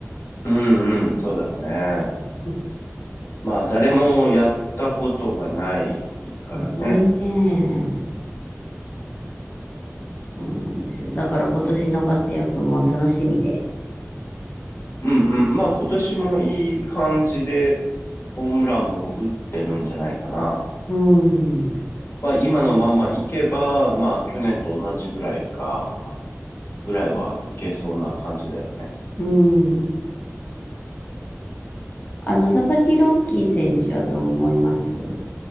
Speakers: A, on the left; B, on the left.
A: うんうん、そうだね。
B: <laughs>
A: まあ、誰もやったことがないからね。
B: ねえ、そうなんですよ。だから今年の活躍も楽しみで。
A: うんうん。まあ、今年もいい感じで、ホームランも打ってるんじゃないかな。
B: うん、
A: まあ、今のまんまいけば、まあ、去年と同じぐらいか、ぐらいはいけそうな感じだよね。
B: うん。あの、佐々木朗希選手はどう思います